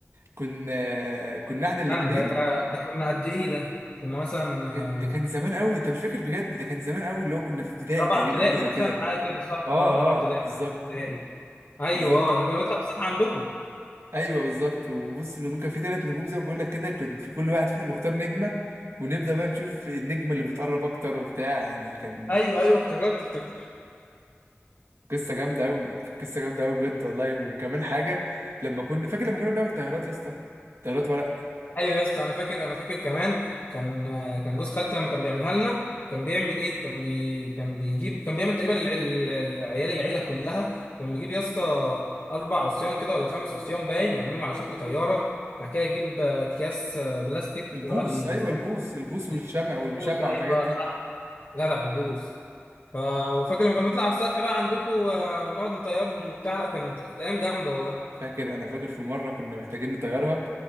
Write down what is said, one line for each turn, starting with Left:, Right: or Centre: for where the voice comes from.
Right: كنا <hesitation> كنا احنا الاثنين
Left: استنى ده ده ده كنا قد ايه ده كنا مثلا آه،
Right: كان ده كان زمان قوي انت مش فاكر بجد ده كان زمان قوي اللي هو كنا في ابتدائي
Left: رابعه
Right: تقريبا
Left: ابتدائي
Right: حاجة زي
Left: مثلا
Right: كده
Left: حاجه كده صح
Right: اه
Left: اه رابعه ابتدائي
Right: اه بالظبط
Left: خمسة ابتدائي ايوه
Right: بالظبط
Left: اه لما كنا بنطلع السطح عندكم
Right: ايوه بالظبط وبص ممكن في ثلاث نجوم زي ما بقول لك كده كان في كل واحد فينا مختار نجمه ونبدا بقى نشوف النجمه اللي بتقرب اكتر وبتاع يعني كان
Left: ايوه ايوه افتكرت افتكرت
Right: قصه جامده قوي كان قصه جامده قوي بجد والله وكمان حاجه لما كنا فاكر لما كنا بنعمل طيارات يا اسطى طيارات ورق
Left: ايوه يا اسطى انا فاكر انا فاكر كمان كان آه، كان جوز خالتي لما كان بيعملها لنا كان بيعمل ايه كان بي كان بيجيب كان بيعمل تقريبا الع- ال- ال- عيال العيله كلها كان بيجيب يا اسطى اربع عصيان كده ولا خمس عصيان باين ويعملهم على شكل طياره بعد كده يجيب آه، اكياس آه، بلاستيك
Right: البوص
Left: ويقعد يلفهم
Right: ايوه البوص البوص والشمع
Left: بالفلوس
Right: والمشمع
Left: ايوه
Right: والحاجات دي
Left: صح جدع البوس ف- وفاكر لما كنا بنطلع على السطح بقى عندكم نقعد نطيرهم وبتاع لا كانت كانت ايام جامده والله
Right: فاكر انا فاكر في مره كنا محتاجين نطيرها